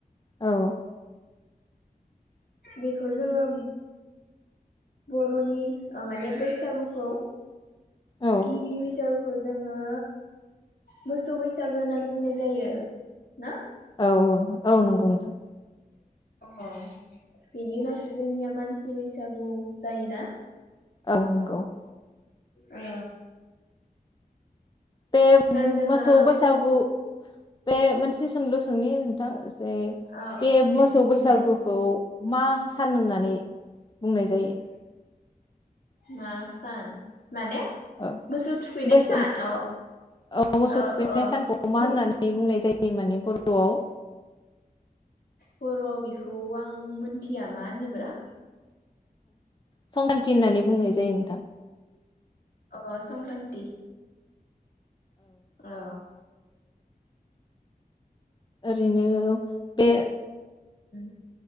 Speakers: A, on the left (about 30°); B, on the left (about 75°).
A: औ
B: बेखौ जोङो बर'नि ओ माने बैसागुखौ
A: औ
B: गिबि बैसागुखौ जोङो मोसौ बैसागो होननानै बुंनाय जायो ना
A: औ औ औ नंगौ नोंथां
B: औ बेनि उनावसो जोंनिया मानसि बैसागु जायोना।
A: औ नंगौ
B: अ
A: बे
B: जोङो
A: मोसौ
B: औ
A: बोसागु बे मोनसे सोंलु सोंनि नोंथां बे
B: औ
A: बे
B: दे
A: मोसौ
B: बुंलाय
A: बैसागुखौ मा सान होननानै बुंनाय जायो?
B: मा सान? माने
A: ओ
B: मोसौ थुखैनाय
A: मोसौ
B: सान औ
A: औ मोसौ
B: ओ
A: थुखैनाय
B: ओ
A: सानखौ मा
B: मोसौ
A: होननानै बुंनाय जायो माने बर'वाव
B: बर' बेखौ आं मोनथिया मा होनोब्रा
A: संख्रान्ति होननानै बुंनाय जायो नोंथां
B: अ संक्रान्ति औ
A: ओरैनो बे
B: उम